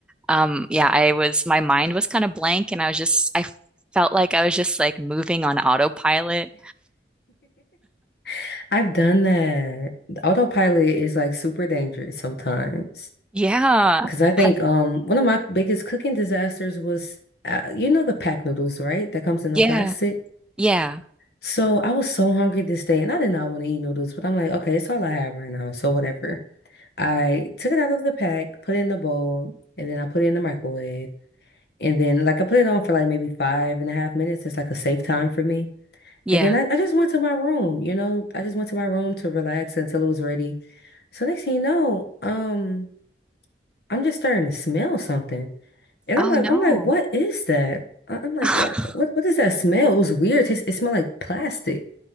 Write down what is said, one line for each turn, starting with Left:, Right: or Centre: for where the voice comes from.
Centre: um yeah, I was my mind was kind of blank and I was just I felt like I was just like moving on autopilot.
Left: <laughs> I've done that. Autopilot is like super dangerous sometimes.
Centre: Yeah.
Left: Because I think
Centre: Have
Left: um one of my biggest cooking disasters was uh, you know the pack noodles, right? That comes in the
Centre: yeah.
Left: plastic.
Centre: Yeah.
Left: So I was so hungry this day and I did not want to eat noodles, but I'm like, okay, it's all I have right now, so whatever. I took it out of the pack, put it in the bowl, and then I put it in the microwave. And then like I put it on for like maybe five and a half minutes. It's like a safe time for me.
Centre: Yeah.
Left: And then I, I just went to my room, you know, I just went to my room to relax until it was ready. So next thing you know, um, I'm just starting to smell something. And
Centre: Oh
Left: I'm like,
Centre: no.
Left: I'm like, what is that? I- I'm like,
Centre: <laughs>
Left: "Uh, what what is that smell? It was weird. It, it smelled like plastic.